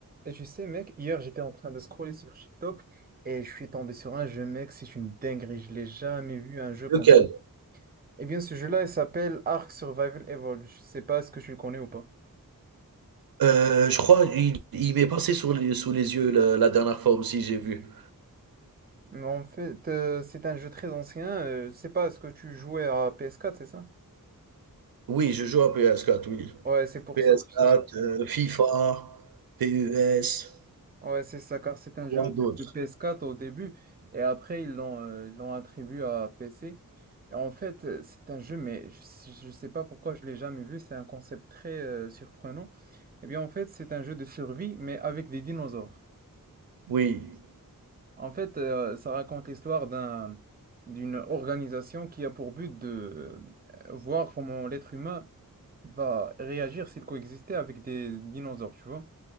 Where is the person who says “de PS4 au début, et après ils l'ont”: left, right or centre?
Right